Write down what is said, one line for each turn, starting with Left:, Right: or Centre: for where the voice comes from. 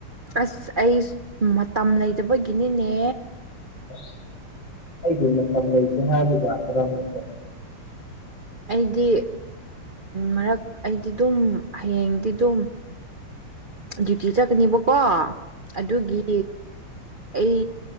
Right: ꯑꯁ ꯑꯩ ꯃꯇꯝ ꯂꯩꯇꯕꯒꯤꯅꯤꯅꯦ꯫
Left: ꯑꯁ ꯑꯩꯗꯤ ꯃꯇꯝ ꯂꯩꯇꯦ ꯍꯥꯏꯕ ꯌꯥꯒꯦꯔ ꯅꯪꯁꯨ꯫
Right: ꯑꯩꯗꯤ ꯃꯔꯛ ꯑꯩꯗꯤ ꯑꯗꯨꯝ ꯍꯌꯦꯡꯗꯤ ꯑꯗꯨꯝ꯫ ꯗꯨꯏꯇꯤ ꯆꯠꯀꯅꯦꯕꯀꯣ ꯑꯗꯨꯒꯤ ꯑꯩ